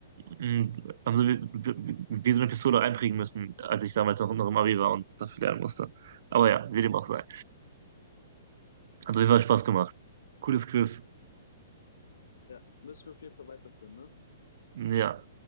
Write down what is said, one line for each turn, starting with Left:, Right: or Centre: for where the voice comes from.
Right: mh, also wie, wie wie so eine Pistole einprägen müssen, als ich damals noch, noch im Abi war und dafür lernen musste. Aber ja, wie dem auch sei. Hat auf jeden Fall Spaß gemacht. Cooles Quiz.
Left: Ja, müssen wir auf jeden Fall weiterführen, ne?
Right: Ja,